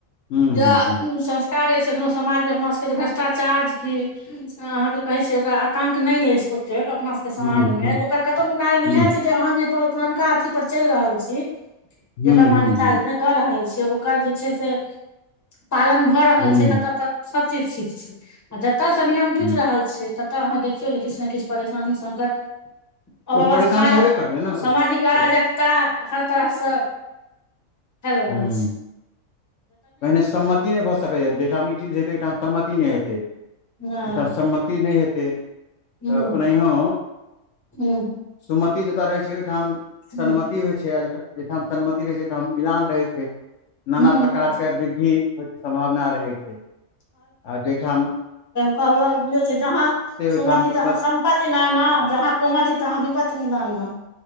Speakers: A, on the left (about 65°); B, on the left (about 15°).
A: हूँ
B: ज
A: हूँ हूँ
B: संस्कार अछि एखनो समाज मे अपना भ्रष्टाचार की अहाँके कहे छै ओकरा आतंक नहि अछि ओतेक अपना समाजमे
A: हूँ हूँ
B: ओकर कतहु कारण
A: हूँ
B: इहे छैय जे अहाँ जे अपन पुरनका अथी पर चलि रहल छी। जेकर
A: हूँ
B: मान्यता
A: हूँ हूँ
B: जे द रहल छियै ओकर जे छैय से पालन भ भ रहल
A: हूँ
B: छैय ततऽ तक सब चीज ठीक छैय आ जेतऽ से नियम टूटि
A: हूँ
B: रहल छैय तऽ अहाँ देखियौ जे किछ ने किछ परेशानी, संकट अव्यवस्था
A: ओ परेशानी हेबे करतै ने
B: सामाजिक
A: ओस
B: अराजकता
A: ओ
B: हर तरहसँ फैल रहल
A: हूँ
B: छैय।
A: पहिने सम्मति नहि भ सकैए जाहिठाम ई चीज हेतै ओहिठाम सम्मति नहि हेतै।
B: नहि
A: ओहिठाम सम्मति नहि हेतै
B: हूँ
A: त ओनाहिओ
B: हूँ
A: सुमति जतय रहै छैय ओहिठाम
B: हूँ
A: सनमति हो छैय जइठाम सनमति रहै छैय तैय ठाम मिलान रहै छैय नाना
B: हूँ
A: प्रकार के सम्वृद्धि होयके सम्भावना रहै छैय आ जयठाम
B: कहबीयो छैय जहाँ सुमती
A: ओहिठाम दिक्कत
B: तहाँ संपत्ति नाना जहाँ कुमति तहाँ विपत्ति नाना।